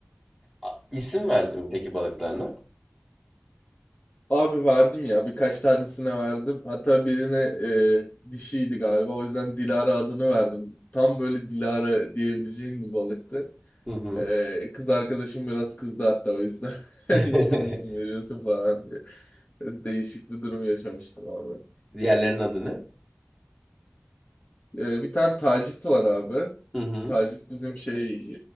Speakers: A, in the centre; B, on the left.
A: A- İsim verdin mi peki balıklarına?
B: Abi verdim ya birkaç tanesine verdim. Hatta birine e, dişiydi galiba. O yüzden Dilara adını verdim. Tam böyle Dilara diyebileceğim bir balıktı.
A: Hı hı.
B: Ee, kız arkadaşım biraz kızdı hatta o yüzden. <laughs> Niye
A: <laughs>
B: kız ismi veriyorsun falan diye. Değişik bir durum yaşamıştım abi.
A: Diğerlerinin adı ne?
B: Ee, bir tane Tacit var abi.
A: Hı hı.
B: Tacit bizim şey